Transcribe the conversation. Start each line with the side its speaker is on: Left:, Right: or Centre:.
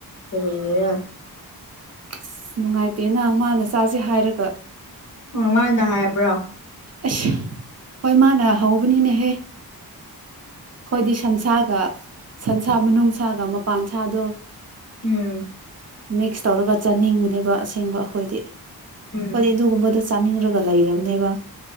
Left: ꯀꯔꯤꯅꯤꯔꯥ
Right: ꯑꯁ ꯅꯨꯡꯉꯥꯏꯇꯦꯅ ꯃꯥꯅ ꯆꯥꯁꯦ ꯍꯥꯏꯔꯒ
Left: <unintelligible> ꯃꯥꯅ ꯍꯥꯏꯕ꯭ꯔꯣ
Right: ꯑꯁ ꯍꯣꯏ ꯃꯥꯅ ꯍꯧꯕꯅꯤꯅꯦꯍꯦ ꯈꯣꯏꯗꯤ ꯁꯟꯁꯥꯒ ꯁꯟꯁꯥ ꯃꯅꯨꯡꯁꯥꯒ ꯃꯄꯥꯟ ꯁꯥꯗꯣ
Left: ꯎꯝ
Right: ꯃꯤꯛꯁ ꯇꯧꯔꯒ ꯆꯥꯅꯤꯡꯕꯅꯦꯕ ꯑꯁꯦꯡꯕ ꯑꯩꯈꯣꯏꯗꯤ ꯈꯣꯏꯗꯤ
Left: ꯎꯝ
Right: ꯑꯗꯨꯒꯨꯝꯕꯗ ꯆꯥꯅꯤꯡꯔꯒ ꯂꯩꯔꯕꯅꯦꯕ